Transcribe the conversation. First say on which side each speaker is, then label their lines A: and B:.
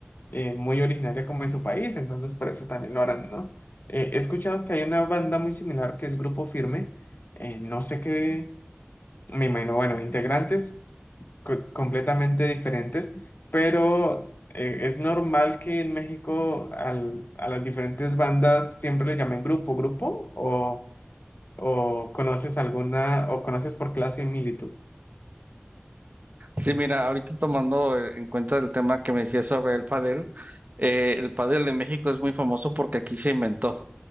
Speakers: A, on the left (about 50°); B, on the right (about 40°).
A: eh, muy originaria como en su país. Entonces, por eso también lo harán, ¿no? Eh, he escuchado que hay una banda muy similar que es Grupo Firme. eh, no sé qué, me imagino, bueno, integrantes co- completamente diferentes, pero eh, es normal que en México al- a las diferentes bandas siempre le llamen grupo, grupo, o, o conoces alguna, o conoces por qué la similitud.
B: Sí, mira, ahorita tomando eh, en cuenta el tema que me decías sobre el padel, eh, el padel de México es muy famoso porque aquí se inventó.